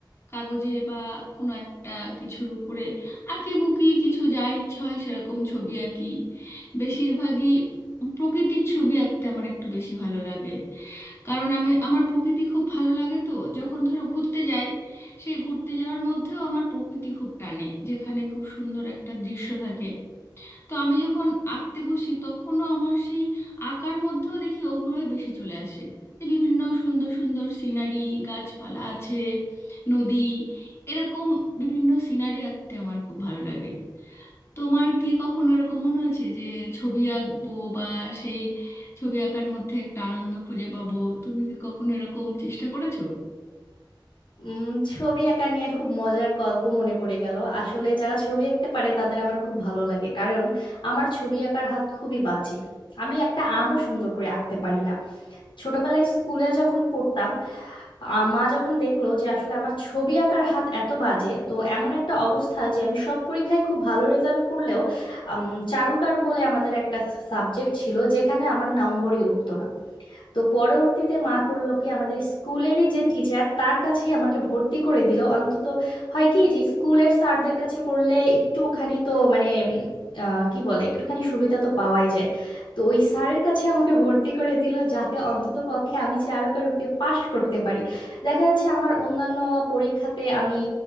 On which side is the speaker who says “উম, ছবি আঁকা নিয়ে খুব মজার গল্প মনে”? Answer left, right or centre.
Left